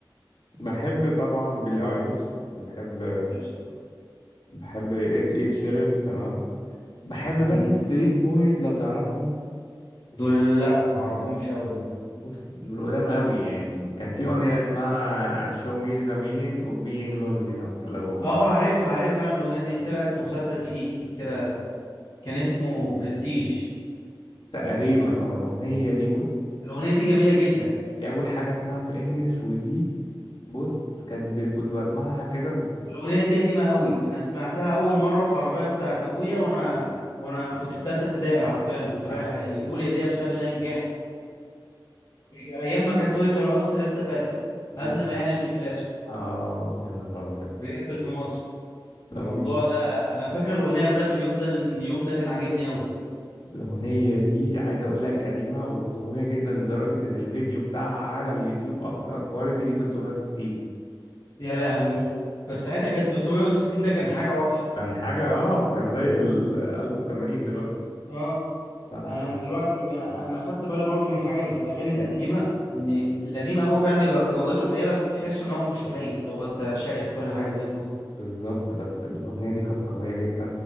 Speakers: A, on the left (about 80°); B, on the left (about 60°).
A: بحب طبعا بيلي ايليش بحب
B: قشطة.
A: بحب إد إد شيرين تمام بحب باك
B: مم.
A: ستريت بويز لو تعرفهم
B: دول لأ معرفهمش أوي دول
A: بص دول قدام قوي يعني كان في أغنية اسمها Show me the meaning of being lonely لو لو
B: اه عارفها عارفها أنا الأغنية دي طلعت في مسلسل جديد كده كان اسمه برستيج
A: تقريبا اه الأغنية دي بص
B: الأغنية دي جميلة جدا
A: دي أول حاجة اسمعها في الإنجليش ودي بص كانت ب... كنت بسمعها كده بت...
B: الأغنية دي قديمة قوي أنا سمعتها أول مرة في عربية بتاعت أبويا وأنا وأنا كنت في تالتة ابتدائي حرفيا كنت رايح
A: <laughs>
B: يجيبوا لي هدية بسبب إن أنا نجحت أيام ما كان تويز آر أس لسه فاتح قبل
A: بت-
B: ما يعلن إفلاسه
A: اه يا نهار أبيض
B: ويقفل في مصر الموضوع
A: الأغنية
B: ده أنا فاكر الأغنية ده باليوم ده لأن اليوم ده كان عاجبني قوي
A: الأغنية دي عايز أقول لك قديمة وقوية جدا لدرجة إن الفيديو بتاعها على اليوتيوب أقصى كواليتي ليه 360
B: يا لهوي بس ساعتها كان 360 ده كان حاجة واضحة
A: كان حاجة اه كان زي ال 1080 دلوقتي
B: اه
A: ف
B: انا دلوقتي انا انا خدت بالي برضو من حاجه اللي في الاغاني القديمه ان القديم قوي فعلا بيبقى جودته قليله بس تحسه ان هو مش قليل اللي هو انت شايف كل حاجه زي الفل
A: بالظبط بس الأغنية دي كانت قوية جدا